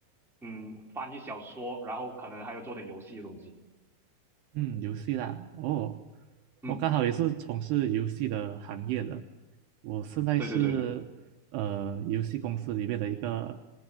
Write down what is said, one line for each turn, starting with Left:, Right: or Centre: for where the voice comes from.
Centre: 嗯，翻译小说，然后可能还有做点游戏的东西。
Right: 嗯，游戏啦，哦，
Centre: 嗯，
Right: 我刚好也是从事游戏的行业的，我现在是呃游戏公司里面的一个
Centre: 对对对对。